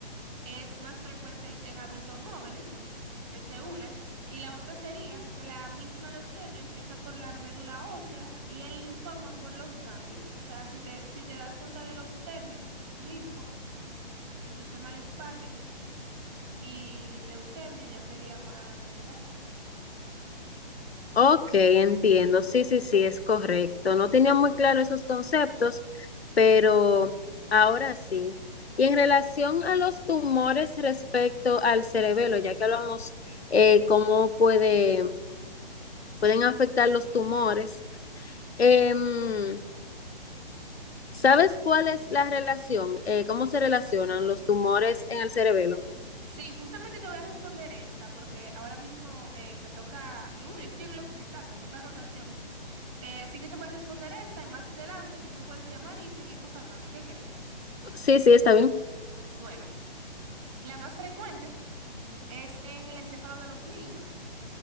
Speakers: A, on the right; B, on the left.
A: es más frecuente en, en adultos jóvenes, esa es una, y la otra sería que la misma leucemia empieza por la médula ósea y el linfoma por los ganglios. O sea, si te, si te das cuenta de los términos, linfo, sistema linfático y leucemia ya sería más desde la sangre.
B: Ok, entiendo. Sí, sí, sí, es correcto. No tenía muy claro esos conceptos, pero ahora sí. Y en relación a los tumores respecto al cerebelo, ya que hablamos eh, cómo puede, pueden afectar los tumores, em, ¿sabes cuál es la relación? Eh, ¿cómo se relacionan los tumores en el cerebelo?
A: Sí, justamente te voy a responder esta, porque ahora mismo eh, me toca, yo, bueno, yo estoy en el hospital, me toca rotación. Eh, así que te voy a responder esta y más adelante tú me puedes llamar y seguimos hablando. ¿Qué crees?
B: Sí, sí, está bien.
A: Bueno. La más frecuente es en el encéfalo de los niños.